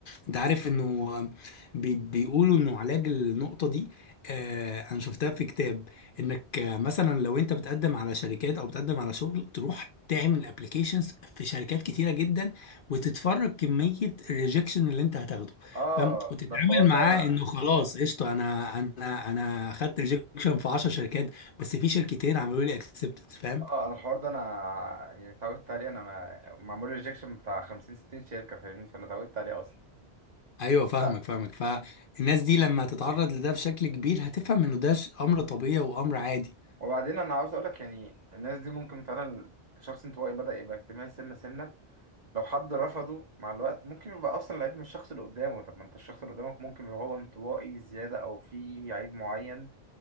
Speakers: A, on the left; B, on the right.
A: انت عارف انه آه، بي- بيقولوا انه علاج النقطه دي آه، انا شفتها في كتاب انك آه، مثلا لو انت بتقدم على شركات او بتقدم على شغل تروح تعمل ابلكيشنز في شركات كتيره جدا وتتفرج كميه الريجكشن اللي انت هتاخده
B: آه
A: فاهم وتتعامل
B: ده الحوار ده
A: معاه
B: أنا
A: انه خلاص قشطه انا انا انا خدت ريجكشن في 10 شركات بس في شركتين عملوا لي اكسبتد فاهم
B: آه أنا الحوار ده أنا يعني اتعودت عليه أنا ما... معمول ريجكشن بتاع 50 60 شركة فاهمني فأنا اتعودت عليه أصلا
A: ايوه
B: بس
A: فاهمك
B: لا،
A: فاهمك فالناس دي لما تتعرض لده بشكل كبير هتفهم انه ده امر طبيعي وامر عادي
B: وبعدين انا عاوز اقولك يعني الناس دي ممكن فعلا شخص انطوائي بدأ يبقى اجتماعي سنة سنة لو حد رفضه مع الوقت ممكن يبقى اصلا العيب من الشخص اللي قدامه طب ما انت الشخص اللي قدامك ممكن يبقى هو انطوائي زيادة او في عيب معين